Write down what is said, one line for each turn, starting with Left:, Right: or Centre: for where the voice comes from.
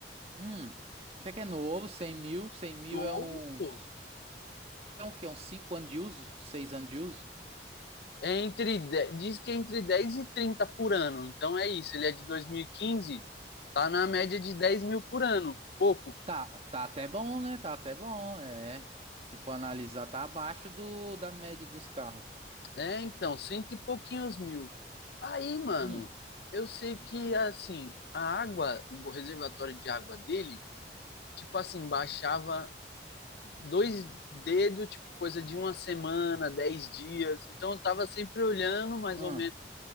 Right: Hum, até que é novo, Cem mil. 100 mil
Left: Novo,
Right: é uns...
Left: pô.
Right: É o quê? Uns 5 anos de uso? 6 anos de uso?
Left: É entre, de- diz que é entre 10 e 30 por ano. Então é isso. Ele é de 2015. tá na média de 10 mil por ano. Pouco.
Right: Tá, tá até bom, né? Tá até bom, é. Se for analisar, tá abaixo do, da média dos carros.
Left: É, então, cento e pouquinhos mil. Aí, mano,
Right: Hum,
Left: eu sei que, assim, a água, o reservatório de água dele, tipo assim, baixava dois dedos, tipo, coisa de uma semana, dez dias. Então, eu tava sempre olhando, mais
Right: hum.
Left: ou menos,